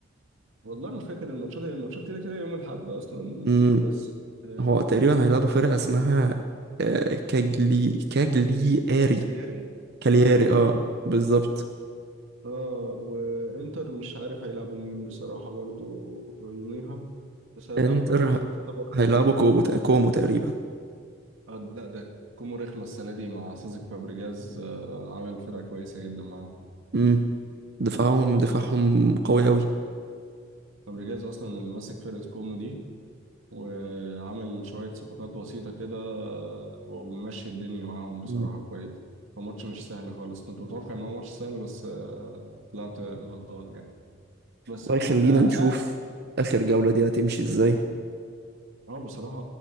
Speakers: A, on the right (about 85°); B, on the right (about 55°).
A: والله ما فاكر الماتشات هي الماتشات كده كده يوم الأحد أصلا
B: امم
A: بس آه،
B: هو تقريبا هيلعبوا فرقة اسمها آه، كاجلي كاجلي اري
A: كالياري
B: كالياري
A: كالياري
B: اه بالظبط
A: اه وانتر مش عارف هيلعبوا مين بصراحة برضو يوميها بس هيلعبوا
B: انتر
A: فرقة متوسطة برضو
B: هيلعبوا كوبو كومو تقريبا
A: آه، لا ده كومو رخمة السنة دي مع سيسك فابريجاز آه، عامل فرقة كويسة جدا معاه
B: مم. دفاعهم
A: هو
B: دفاعهم
A: فاب-
B: قوي أوي
A: فابريجاز أصلا اللي ماسك فرقة كومو دي وعامل شوية صفقات بسيطة كده آه، وممشي الدنيا معاهم بصراحة
B: مم.
A: كويس هو ماتش مش سهل خالص كنت متوقع إن هو ماتش سهل بس آه، طلعت غلطان يعني بس
B: وخلينا
A: هو أنت بتبقى
B: نشوف آخر جولة دي هتمشي ازاي
A: اه بصراحة